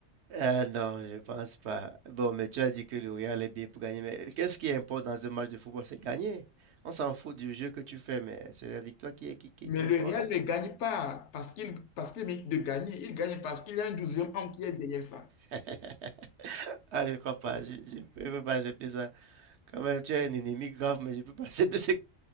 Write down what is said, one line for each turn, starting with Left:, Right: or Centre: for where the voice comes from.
Right: Ah non, je pense pas. Bon, mais tu as dit que le Real est bien pour gagner, mais qu'est-ce qui importe dans un match de football? C'est gagner. On s'en fout du jeu que tu fais, mais c'est la victoire qui, qui, qui,
Left: Mais
Right: qui
Left: le
Right: importe.
Left: Real ne gagne pas parce qu'il parce qu'il mérite de gagner. Il gagne parce qu'il y a un douzième homme qui est derrière ça.
Right: <laughs> Ah, je crois pas. Je, je peux pas accepter ça. Quand même, tu es un ennemi grave, mais je ne peux pas accepter ce